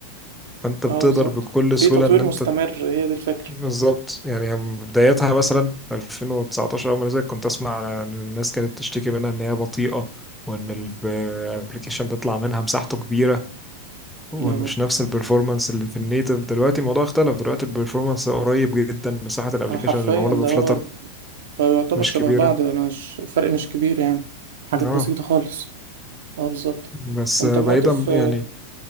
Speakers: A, in the centre; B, on the right.
A: فانت بتقدر
B: اه بالظبط
A: بكل
B: في
A: سهولة
B: تطوير
A: ان انت
B: مستمر هي دي الفكرة
A: بالظبط يعني هم بدايتها مثلا في 2019 أول ما نزلت كنت أسمع على إن الناس كانت تشتكي منها إن هي بطيئة وإن الابلكيشن بيطلع منها مساحته كبيرة ومش
B: اه
A: نفس البرفورمانس اللي في النيتف دلوقتي الموضوع اختلف دلوقتي البرفورمانس قريب جدا مساحة الابلكيشن
B: آه، حرفيا
A: اللي معمولة
B: ده
A: بفلاتر
B: هو بقى يعتبر
A: مش
B: شبه
A: كبيرة
B: بعض مش فرق مش كبير يعني حاجات
A: اه
B: بسيطة خالص اه بالظبط
A: بس
B: انت
A: بعيدا
B: مودف انت
A: يعني